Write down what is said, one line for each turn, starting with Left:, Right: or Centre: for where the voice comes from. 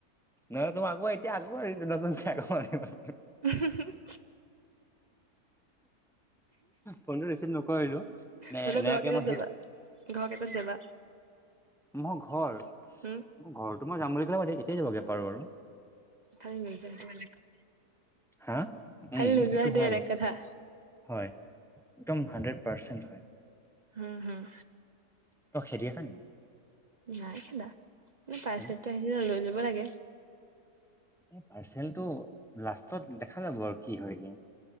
Centre: নাই তোমাৰ আকৌ আগ এতিয়া আগ ন নতুন চেক এখন আনিবলে।
Right: হু হু
Centre: ফোনটো ৰিচিভ নকৰিলো। নে
Right: হলে
Centre: এনেকে
Right: ঘৰ কেইটাত
Centre: মই সেই
Right: যাবা ঘৰ কেইটাত যাবা?
Centre: মোৰ ঘৰ
Right: উম
Centre: ম ঘৰতটো মই যাম বুলি ক'লে মতি এতিয়াই যাবগে পাৰো বাৰু,
Right: তাইৰ ৰিয়েজনটো বেলেগে।
Centre: হা উম
Right: কালি নোযোৱা সেইটো
Centre: হয়
Right: এনেক
Centre: বাৰু
Right: কথা।
Centre: হয় একদম হানড্ৰেড পাৰ্চেণ্ট হয়।
Right: হম হুম।
Centre: তই খেদি আছ নেকি?
Right: নাই খেদা পাৰছেল
Centre: তেনে
Right: টো আহিলে লৈ লব লাগে।
Centre: পাৰ্চেলটো লাষ্টত দেখা যাব আৰু কি হয়গে।